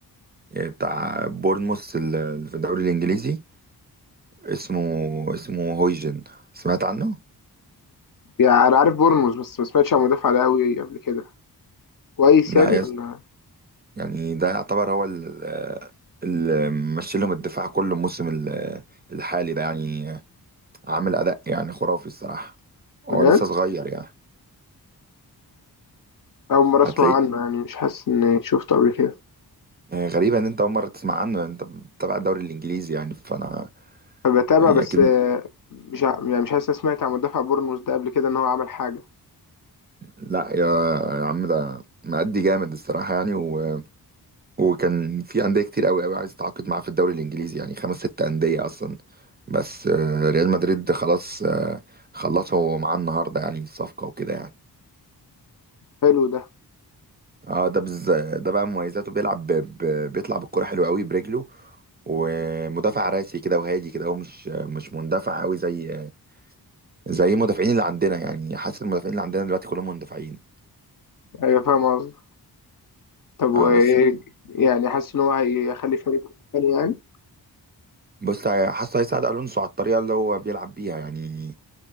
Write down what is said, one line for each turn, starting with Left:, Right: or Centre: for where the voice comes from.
Right: آه، بتاع بورنموث اللي في الدوري الانجليزي اسمه اسمه هويجن سمعت عنه؟
Left: يعني انا عارف بورنموث بس ما سمعتش عن المدافع ده قوي قبل كده كويس
Right: لا
Left: يعني ولا
Right: يعني ده يعتبر هو ال- اللي مشي لهم الدفاع كله الموسم ال- الحالي ده يعني عامل أداء يعني خرافي الصراحة
Left: بجد
Right: هو لسه صغير يعني
Left: اول مره
Right: هتلاقيه
Left: اسمع عنه يعني مش حاسس اني شفته قبل كده
Right: آه، غريبة إن أنت أول مرة تسمع عنه يعني أنت بتتابع الدوري الإنجليزي يعني فأنا
Left: بتابع
Right: يعني
Left: بس
Right: أكيد
Left: آه، مش ع- يعني مش حاسس إني سمعت عن مدافع بورنموث ده قبل كده ان هو عمل حاجه
Right: لا يا يا عم ده مأدي جامد الصراحة يعني و... وكان في أندية كتير أوي أوي عايز تتعاقد معاه في الدوري الإنجليزي يعني خمس ست أندية أصلا بس آه، ريال مدريد خلاص آه، خلصوا معاه النهاردة يعني الصفقة وكده يعني
Left: حلو ده
Right: اه ده بز... ده بقى مميزاته بيلعب ب... ب... بيطلع بالكرة حلو قوي برجله ومدافع راسي كده وهادي كده هو مش مش مندفع قوي زي زي المدافعين اللي عندنا يعني حاسس المدافعين اللي عندنا دلوقتي كلهم مندفعين
Left: ايوه فاهم قصدي طب وايه
Right: اه بس
Left: يعني حاسس ان هو هيخلي فريق تاني يعني
Right: بص هي- حاسه هيساعد الونسو على الطريقه اللي هو بيلعب بيها يعني